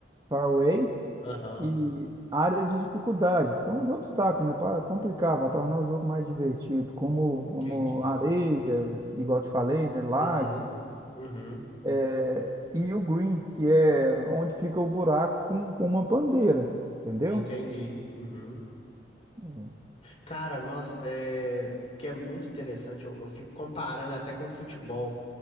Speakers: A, on the right; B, on the left.
A: fairway,
B: Aham.
A: E áreas de dificuldade, que são os obstáculos, né, para complicar, para tornar o jogo mais divertido, como, como
B: Entendi.
A: areia, igual eu te falei, né, lagos,
B: Uhum. Uhum.
A: é, e o green, que é onde fica o buraco com, com uma bandeira, entendeu?
B: Entendi. Uhum.
A: Hum.
B: Cara, nossa, é. Porque é muito interessante, eu, eu fico comparando até com o futebol.